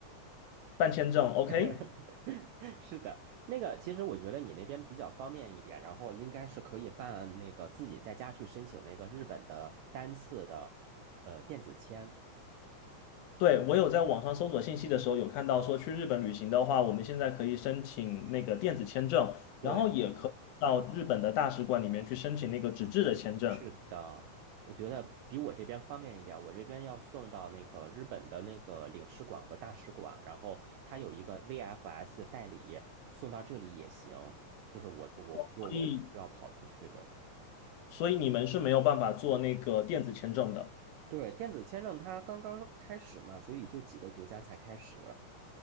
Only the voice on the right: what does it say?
<laughs> 是的，那个其实我觉得你那边比较方便一点，然后应该是可以办那个自己在家去申请那个日本的单次的呃电子签。
对，
是的，我觉得比我这边方便一点。我这边要送到那个日本的那个领事馆和大使馆，然后他有一个 VFS 代理，送到这里也行。就是我我不过我是要跑出去的。
对，电子签证它刚刚开始嘛，所以就几个国家才开始。